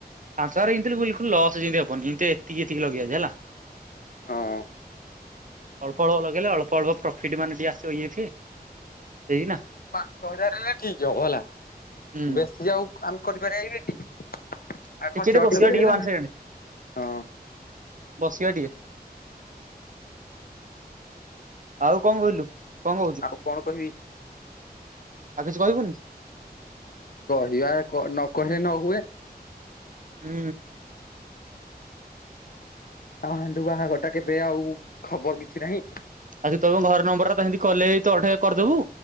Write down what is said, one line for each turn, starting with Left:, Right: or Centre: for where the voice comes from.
Right: ପାଞ୍ଚ ହଜାର ଏନତି ବିଲକୁଲ ଲସ୍ ଯେମିତି ହବନି ଏନତି ଏତିକିତିି ଏତିକି ଲଗେଇବା ହେଲା।
Left: ହଁ।
Right: ଅଳ୍ପ ଅଳ୍ପ ଲଗେଇଲେ ଅଳ୍ପ ଅଳ୍ପ ପ୍ରଫିଟ୍ ମାନେ ସିଏ ଆସିବ ଇଏଫିଏ ହେଇକିନା।
Left: ପାଞ୍ଚ ହଜାର ହେଲେ ଠିକ ହବ ହେଲା,
Right: ହୁଁ
Left: ବେଶୀ ଯାଉ ଆମେ କରିପାରିବା କି?
Right: ଟିକେ
Left: ଆ ଖର୍ଚ୍ଚର୍
Right: ଟିକେ ବସିବା
Left: ପଡିିବ
Right: ଟିକେ
Left: ନା
Right: ୱାନ୍
Left: ହଁ।
Right: ସେକେଣ୍ଡ ବସିବା ଟିକେ। ଆଉ କଣ କହିଲୁ, କଣ କହୁଛୁ
Left: ଆଉ କଣ କହିବି
Right: ଆଉ କିଛି କହିବୁନି?
Left: କହିବା ନ କହିଲେ ନ ହୁଏ।
Right: ହୁଁ।
Left: ଆଉ ହାଣ୍ଡୁ ବାହାଘରଟା କେବେ ଆଉ ଖବର କିଛି ନାହିଁ।
Right: ଆ ତମ ଘର ନମ୍ବରଟା ତ ଏମିତି କଲ ହେଇ ତ ହେଇ କରିଦେବୁ